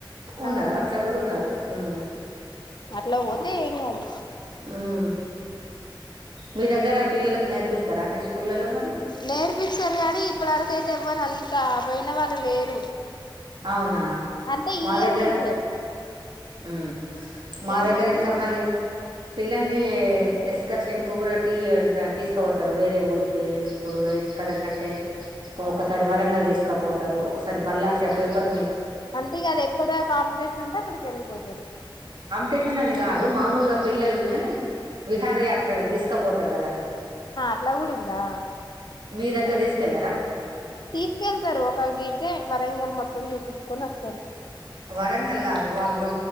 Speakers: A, on the right; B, on the left.
A: ఉన్నరు
B: ఆ
A: అట్లా కూడా ఉన్నరు మ్మ్
B: అట్లా పోతే ఏం కాదు
A: హ్మ్. మీ దగ్గర పిల్లలకు నేర్పిస్తారా అన్ని స్కూళ్లలో మరి
B: నేర్పిస్తారు కానీ ఇప్పటి వరకు ఆయితే ఎవ్వరు అంత పోయినవాళ్ళు లేరు
A: అవునా
B: అంటే ఈ
A: మా
B: ఇయర్
A: దగ్గర
B: నుంచే
A: మ్మ్.
B: ఈ
A: మా
B: ఇయర్
A: దగ్గర
B: నుంచే
A: ఇంకా
B: కొంచెం
A: మళ్ళీ పిల్లల్ని ఎస్కర్షన్ కు కూడా టీ ఉండే తీసుకపోతారు వేరే ఊరికి ఇప్పుడు ఎక్కడకంటే ఒకసారి వరంగల్ తీసుకుపోతారు ఒకసారి బల్లా చెప్ పేపర్
B: అంతేగా అది ఎక్కడ కాంపిటీషన్ ఉంటే అక్కడికెళ్ళిపోతారు
A: టేషన్ అని గాదు మామూలుగా పిల్లల్ని విహారయాత్రలకు తీసుకపోతారు కదా
B: ఆ అట్లా గూడుందా
A: మీ దగ్గర తీసుకెళ్ళారా
B: తీసుకెళ్తారు ఒక గీటే వరంగల్ మొత్తం చూపిచ్చుకొని వస్తరు
A: వరంగల్ కాదు వాళ్ళు